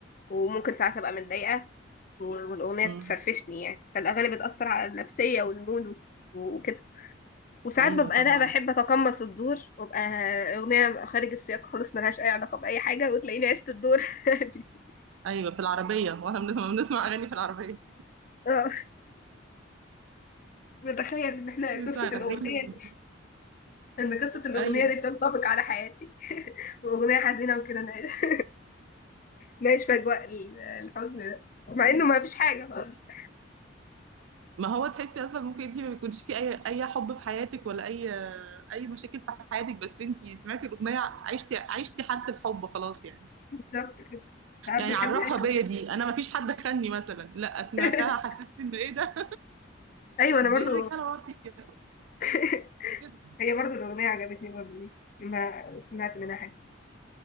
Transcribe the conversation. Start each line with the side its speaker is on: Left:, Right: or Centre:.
Left: وممكن ساعات ابقى متضايقه و- والاغنيه
Right: مم.
Left: تفرفشني يعني فالاغاني بتاثر على النفسيه والمود وكده وساعات
Right: ايوه
Left: ببقى
Right: طبعا
Left: انا بحب اتقمص الدور وابقى اغنيه خارج السياق خالص ملهاش اي علاقه باي حاجه وتلاقيني عشت الدور <laughs> دي
Right: ايوه في العربية واحنا بنسمع بنسمع اغاني في العربية
Left: اه بتخيل ان احنا
Right: بنسمع
Left: قصه الاغنيه
Right: الاغاني
Left: دي ان قصه الاغنيه
Right: ايوه
Left: دي بتنطبق على حياتي واغنيه حزينه وكده نعيش <laughs> نعيش في اجواء ال- الحزن ده مع انه ما فيش حاجه خالص
Right: ما هو تحسي اصلا ممكن انت ما بيكونش في اي اي حب في حياتك ولا اي اي مشاكل في حياتك بس انت سمعتي الاغنية عشتي عشتي حالة الحب خلاص يعني
Left: بالظبط كده ساعات
Right: يعني
Left: بنحب
Right: عرفها
Left: نعيش
Right: بيا
Left: الدور
Right: دي انا ما فيش حد خاني مثلا لا سمعتها
Left: <laughs>
Right: حسيت انه ايه ده
Left: ايوه انا
Right: قد
Left: برضو
Right: ايه الرجاله واطيه
Left: <laughs>
Right: مش كده
Left: هي برضو الاغنيه عجبتني برضو دي لما سمعت منها حاجه